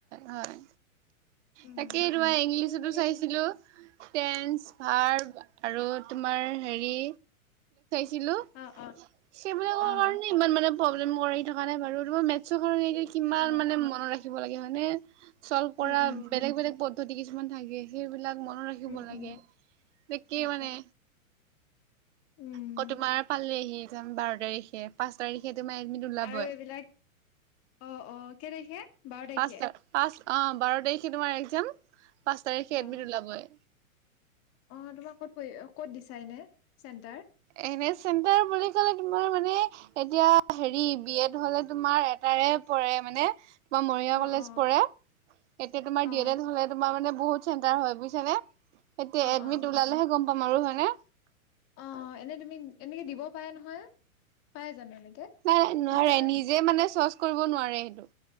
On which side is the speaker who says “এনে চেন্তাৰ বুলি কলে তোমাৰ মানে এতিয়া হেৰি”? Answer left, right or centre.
Right